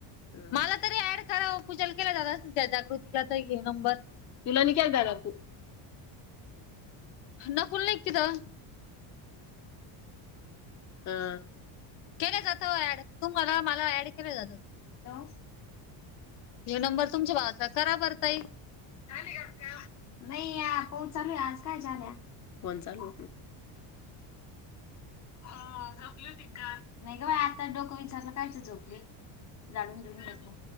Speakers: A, on the left; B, on the left.
A: हम्म
B: मला तरी ऍड करा पूजा केल्या जात अस ना त्या जागृतीला तर नंबर.
A: तुला न के जाला तू.
B: नकुल नाही का तिथं
A: हा..
B: केलं जातं ऍड तू मला मला ऍड केलं जातं.
A: हॅलो.
B: ह्यो नंबर तुमच्या भावाचा आहे करा बर ताई.
A: <unintelligible> फोन चालू <unintelligible> झाडून घेतलं.